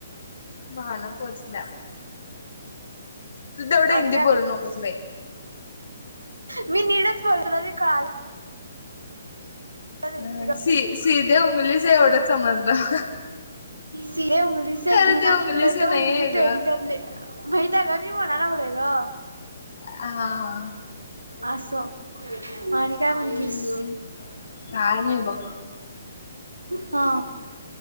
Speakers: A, on the left (about 60°); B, on the right (about 85°).
A: भाहना पोहोचल्या तू तेवढं
B: आणि
A: हिंदी
B: काय
A: बोलू
B: म्हणतेस
A: नकोस बाई
B: मी निीडच पडतुला ते कळा नाही
A: अ सी सिधे उंगलीच एवढंच समजलं
B: सीधे उगलीचे
A: खरं
B: घी
A: ते
B: ना
A: उंगलीच
B: निकले त
A: नाहीये
B: उंगली
A: ग
B: टेढी करले बहीित का मी म्हणालावलंय ग
A: ह
B: अस आणि काय म्हणतीस
A: हम्म काय नाही बघ
B: हा